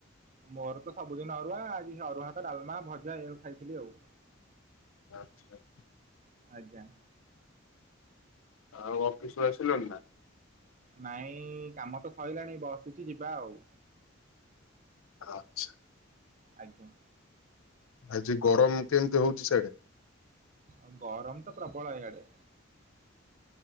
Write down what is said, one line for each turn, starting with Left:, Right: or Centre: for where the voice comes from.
Right: ମୋର ତ ସବୁଦିନ ଅରୁଆ ଆଜି ଅରୁଆ ହାତ ଡାଲମା ଭଜା ଏଇଆ କୁ ଖାଇଥିଲି ଆଉ।
Left: ଆଚ୍ଛା।
Right: ଆଜ୍ଞା।
Left: ଆଉ ଅଫିସ୍ ରୁ ଆସିଲଣି ନା?
Right: ନାଇଁ କାମ ତ ସଇଲାଣି ବସିଚି ଯିବା ଆଉ।
Left: ଆଚ୍ଛା।
Right: ଆଜ୍ଞା।
Left: ଆଜି ଗରମ କେମିତି ହଉଚି ସିଆଡେ?
Right: ଆଉ ଗରମ ତ ପ୍ରବଳ ଏଇଆଡେ।